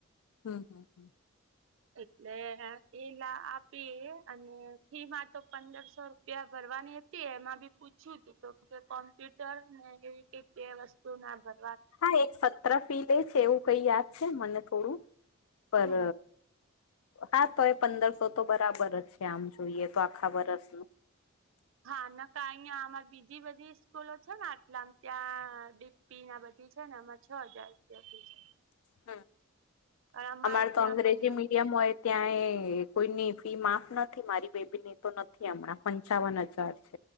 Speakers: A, on the left; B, on the right.
A: હમ્મ હમ્મ હમ્મ.
B: એટલે એલા આપીએ અને ફી માં તો પંદરસો પ્યા ભરવાની હતી એમાં બી પૂછ્યું તું તો કે કોમ્પ્યુટર ને એવી ક બે વસ્તુ ના ભર
A: હા એક સત્ર ફી લે છે એવું કઈ યાદ છે મને થોડું પર
B: હમ
A: હા તો એ પંદરસો તો બરાબર જ છે આમ જોઈએ તો આખા વરસનું
B: હા ન અહં આ બીજી બધી સ્કૂલો છે ને આટલા ત્યાં પી ના બધી છે ને એમાં છ હજાર રૂપિયા ફી છે.
A: હ
B: પણ અમારે
A: અમાર તો
B: ત્યાં
A: અંગ્રેજી
B: પણ
A: મીડીયમ હોય ત્યાં કોઈની ફી માફ નથી મારી બેબી ની નથી હમ પંચ હજાર